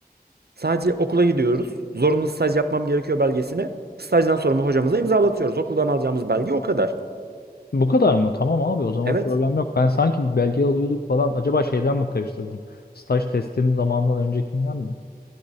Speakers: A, on the right; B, on the left.
A: Sadece okula gidiyoruz. Zorunlu staj yapmam gerekiyor belgesine. Stajdan sorumlu hocamıza imzalatıyoruz. Okuldan alacağımız belge o kadar.
B: Bu kadar mı? Tamam abi o zaman
A: Evet.
B: problem yok. Ben sanki bir belge alıyorduk falan. Acaba şeyden mi karıştırdım? Staj teslim zamanından öncekinden mi?